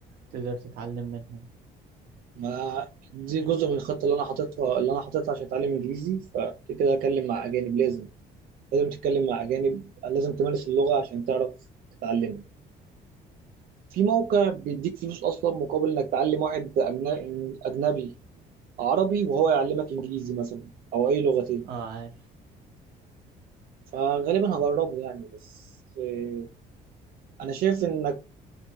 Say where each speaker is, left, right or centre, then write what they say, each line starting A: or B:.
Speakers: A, on the right; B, on the right.
A: تقدر تتعلم منهم
B: ما دي جزء من الخطه اللي انا حاططها اللي انا حاططها عشان اتعلم انجليزي فكده كده اكلم مع اجانب لازم لازم تتكلم مع اجانب لازم تمارس اللغه عشان تعرف تتعلم في موقع بيديك فلوس اصلا مقابل انك تعلم واحد أجن- اجنبي عربي وهو يعلمك انجليزي مثلا او اي لغتين
A: اه عارف
B: فغالبا هجربه يعني بس آه، انا شايف انك